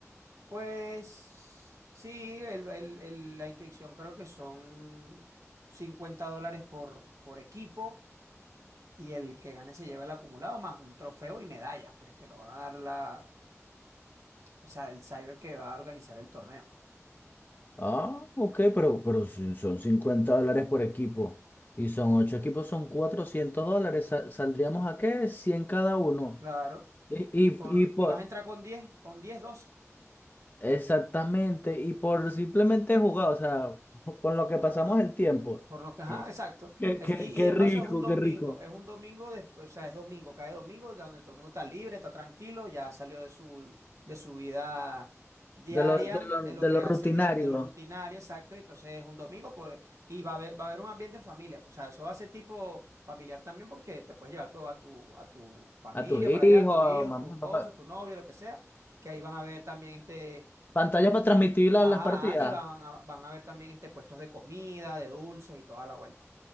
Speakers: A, on the right; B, on the left.
A: Pues sí, el- el- el- la inscripción creo que son 50 dólares por, por equipo y el que gane se lleva el acumulado más un trofeo y medallas, pues que lo van a dar la, o sea, el cyber que va a organizar el torneo.
B: Ah, ok, pero, pero si son 50 dólares por equipo y son 8 equipos, son 400 dólares. Sa- ¿Saldríamos a qué? cien cada uno.
A: Claro,
B: Y, y,
A: por,
B: y por,
A: y vas a entrar con diez con diez doce
B: exactamente, y por simplemente jugar, o sea, <laughs> con lo que
A: Ajá.
B: pasamos el tiempo,
A: Por lo que, ajá,
B: eh,
A: exacto.
B: Qué,
A: Es-
B: qué,
A: y,
B: qué
A: y de
B: rico,
A: paso es un domingo,
B: qué rico.
A: es un domingo, de- o sea, es domingo, cae domingo, ya donde todo el mundo está libre, está tranquilo, ya salió de su, de su vida diaria,
B: de lo, de lo,
A: de
B: de
A: lo que
B: lo rutinario,
A: hace, dia- de lo rutinario, exacto. Y entonces es un domingo, pues, y va a haber, va a haber un ambiente en familia, pues, o sea, eso hace tipo familiar también porque te puedes llevar todo a tu, a tu familia
B: a tus hijos,
A: para allá, tu
B: a
A: hijo,
B: mamá,
A: tu esposo,
B: papá.
A: tu novia, lo que sea, que ahí van a ver también este,
B: Pantallas para transmitir la-
A: Ajá,
B: las partidas.
A: y van a, van a ver también este puestos de comida, de dulces y toda la vuelta.